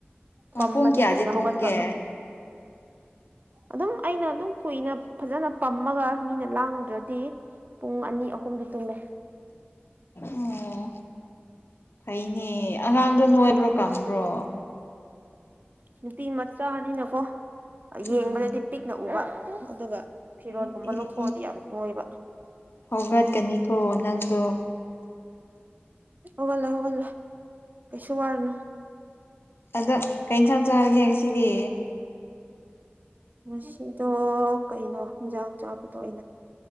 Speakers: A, on the right; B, on the left.
A: ꯄꯝ
B: ꯄꯨꯡ
A: ꯃꯗꯤ
B: ꯀꯌꯥꯗꯤ
A: ꯊꯨꯅ
B: ꯇꯨꯝꯒꯦ
A: ꯍꯧꯒꯠꯄ ꯑꯗꯨꯝ ꯑꯩꯅ ꯑꯗꯨꯝ ꯀꯨꯏꯅ ꯐꯖꯅ ꯄꯝꯃꯒ ꯃꯤꯅ ꯂꯥꯡꯗ꯭ꯔꯗꯤ ꯄꯨꯡ ꯑꯅꯤ ꯑꯍꯨꯝꯗꯤ ꯇꯨꯝꯃꯦ
B: ꯑꯣ ꯐꯩꯅꯦ ꯑꯉꯥꯡꯗꯣ ꯅꯣꯏꯕ꯭ꯔꯣ ꯀꯪꯕ꯭ꯔꯣ
A: ꯅꯨꯄꯤ ꯃꯆꯥꯅꯤꯅꯀꯣ ꯌꯦꯡꯕꯗꯗꯤ
B: ꯎꯝ
A: ꯄꯤꯛꯅ ꯎꯕ ꯑꯗꯨꯒ ꯐꯤꯔꯣꯜꯒꯨꯝꯕ
B: ꯑꯦ ꯑꯦ
A: ꯂꯧꯊꯣꯛꯑꯗꯤ
B: ꯑꯦ
A: ꯌꯥꯝ ꯍꯣꯏꯕ
B: ꯍꯧꯒꯠꯀꯅꯤꯀꯣ ꯅꯪꯗꯣ
A: ꯍꯧꯒꯜꯂꯦ ꯍꯒꯜꯂꯦ ꯀꯩꯁꯨ ꯋꯥꯔꯅ
B: ꯑꯗꯣ ꯀꯩ ꯌꯦꯟꯁꯥꯡ ꯆꯥꯔꯒꯦ ꯉꯁꯤꯗꯤ
A: ꯉꯁꯤꯗꯣ ꯀꯩꯅꯣ ꯍꯤꯟꯖꯥꯡ ꯆꯥꯕꯗꯣ ꯑꯩꯅ